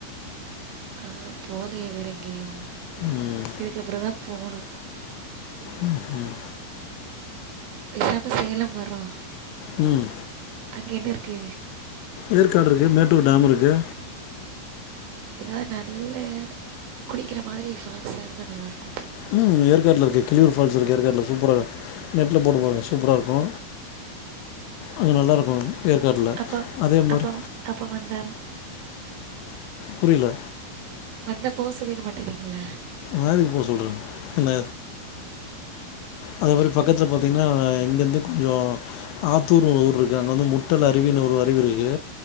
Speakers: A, on the right (about 75°); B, on the left (about 80°).
A: ஹ போலயே வேற எங்கயு
B: ம்
A: இதுக்கப்புற தா போணு
B: ம் ம்
A: பேசாம சேலம் வர்றோ
B: ம்
A: அங்க என்ன இருக்கு
B: ஏற்காடு இருக்கு மேட்டூர் டாம் இருக்கு
A: எதாவது நல்ல குளிக்கிற மாரி ஃபால்ஸா இருந்தா நல்லாயிருக்கு
B: ம் ஏற்காட்ல இருக்கு கிளியூர் ஃபால்ஸ் இருக்கு ஏற்காட்டல சூப்பார நெட்ல போட்டு பாருங்க சூப்பர இருக்கு அங்க நல்லாயிருக்கு ஏற்காட்ல
A: அப்போ
B: அதே மாரி
A: அப்போ அப்போ வந்தால்
B: புரியல
A: வந்தா போ சொல்லிட மாட்டேறீங்களா
B: நா எதுக்கு போ சொல்ற இல்ல அதே மாரி பக்கத்தில பாத்தீங்கன்னா இங்கேருந்து கொஞ்சோ ஆத்தூர்னு ஒரு ஊர் இருக்கு அங்க வந்து முட்டல் அருவினு ஒரு அருவி இருக்கு